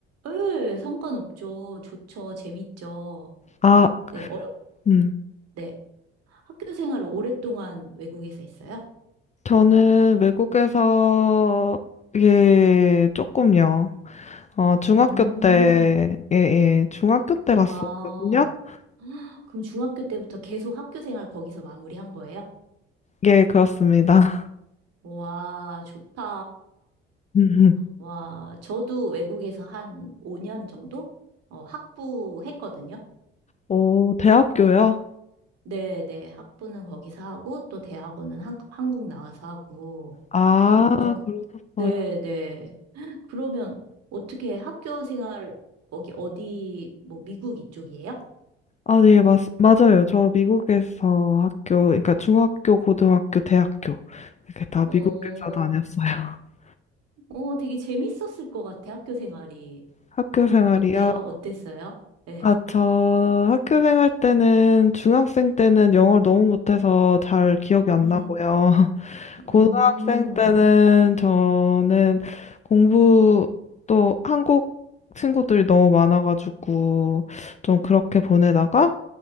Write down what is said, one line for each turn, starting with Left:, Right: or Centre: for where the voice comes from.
Right: 예, 상관없죠. 좋죠. 재밌죠.
Left: 아,
Right: 네, 어,
Left: 음.
Right: 네. 학교 생활을 오랫동안 외국에서 했어요?
Left: 저는 외국에서, 예, 조금요. 어, 중학교
Right: 음,
Left: 음, 때, 예, 예, 중학교 때 갔었거든요.
Right: 아.
Left: 어,
Right: 그럼 중학교 때부터 계속 학교 생활 거기서 마무리한 거예요?
Left: 예, 그렇습니다.
Right: 와, 좋다.
Left: <laughs>
Right: 와, 저도 외국에서 한 5년 정도? 어, 학부 했거든요.
Left: 오, 대학교요?
Right: 네, 네. 학부는 거기서 하고, 또 대학원은 한, 한국 나와서 하고.
Left: 아,
Right: 어, 그-
Left: 그러셨어요.
Right: 네, 네. <gasps> <laughs> 그러면 어떻게 학교 생활, 거기 어디, 뭐, 미국 이쪽이에요?
Left: 아, 네, 맞, 맞아요. 저 미국에서 학교, 그러니까 중학교, 고등학교, 대학교 이렇게 다
Right: 어,
Left: 미국에서 다녔어요. <laughs>
Right: 어, 되게 재밌었을 것 같아, 학교 생활이.
Left: 학교 생활이요?
Right: 어때요? 어땠어요? 예.
Left: 아, 저 학교 생활 때는 중학생 때는 영어를 너무 못해서 잘 기억이 안
Right: 음,
Left: 나고요. <laughs> 고등학생
Right: 음,
Left: 때는 저는 공부 또 한국 친구들이 너무 많아가지고 좀 그렇게 보내다가